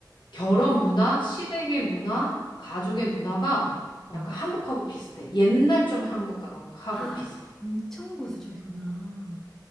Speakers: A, on the left; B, in the centre.
A: 결혼 문화, 시댁의 문화, 가족의 문화가
B: 어.
A: 약간 한국하고 비슷해. 옛날 좀 한국하고
B: 아,
A: 비슷해.
B: 엄청 보수적이구나.